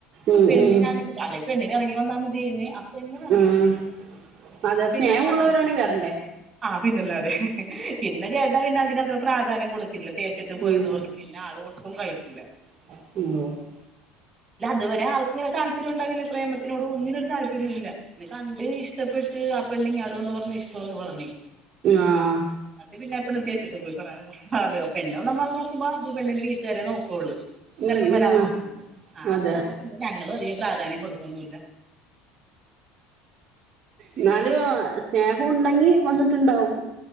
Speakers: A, on the right; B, on the right.
A: ആ
B: ഉം
A: പെണ്ണിനാണെ
B: ഉം
A: അല്ലെ പെണ്ണിന് എറങ്ങി വന്നാൽ മത്യേനി ആ പെണ്ണും എറങ്ങി
B: ഉം
A: വന്നില്ല.
B: അതെ
A: പിന്നെ
B: സ്നേഹം
A: ഞങ്ങള്
B: ഉള്ളവരാണെ
A: ആ
B: വരണ്ടേ.
A: ആ പിന്നല്ലതെ പിന്നെ ചേട്ടാ പിന്നെ അതിനതിനധികം പ്രാധാന്യം കൊടുത്തില്ല തേച്ചിട്ട് പോയന്ന്
B: ഉം
A: പറ പിന്നെ ആളൊട്ടും കഴിക്കൂല.
B: <unintelligible>
A: ഇല്ല അതുവരെ ആൾക്ക് താല്പര്യം ഉണ്ടാവില്ല പ്രേമത്തിനോട് ഒന്നിനും ഒരു താല്പര്യം ഇല്ല. ഇത് കണ്ട് ഇഷ്ടപ്പെട്ട് ആ പെണ്ണിങ്ങാട് വന്ന് പറഞ്ഞ് ഇഷ്ടവാന്ന് പറഞ്ഞ്.
B: ആഹ്
A: ന്നട്ട് പിന്നെ പെണ്ണ് തേച്ചിട്ട് പോയി പ്രേമം അതെയോ പിന്നൊള് വന്ന് നോക്കുമ്പോ ഈ പെണ്ണിന്റെ വീട്ടുകാരെ നോക്കുവുള്ളു.
B: ഉം
A: എറങ്ങി
B: ഉം
A: വരാൻ നോക്കുന്നില്ല ആ
B: അതെ
A: അത് കാരണം പിന്നെ ഞങ്ങളും അധികം പ്രാധാന്യം കൊടുക്ക്‌ ന്നുല്ല.
B: എന്നാലും സ്നേഹം ഉണ്ടെങ്കി വന്നിട്ടുണ്ടാവും